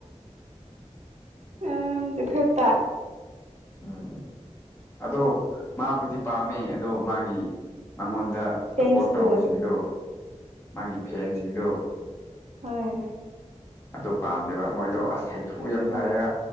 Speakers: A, on the right; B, on the left.
A: ꯎꯝ ꯑꯗꯨ ꯈꯛꯇ
B: ꯎꯝ ꯑꯗꯣ ꯃꯥꯕꯨꯗꯤ ꯄꯥꯝꯃꯦ ꯑꯗꯣ ꯃꯥꯒꯤ ꯃꯉꯣꯟꯗ
A: ꯐꯦꯟꯁꯇꯨ
B: ꯁꯞꯄꯣꯔꯠ ꯇꯧꯕꯁꯤꯡꯗꯣ ꯃꯥꯒꯤ ꯐꯦꯟꯁꯤꯡꯗꯣ
A: ꯍ‌ꯣꯏ
B: ꯑꯗꯨ ꯄꯥꯝꯗꯦꯕ ꯃꯣꯏꯗꯣ ꯑꯁ ꯍꯩꯊꯨ
A: ꯎꯝ
B: ꯌꯥꯝ ꯁꯥꯏ‌ꯌ‌ꯦꯕ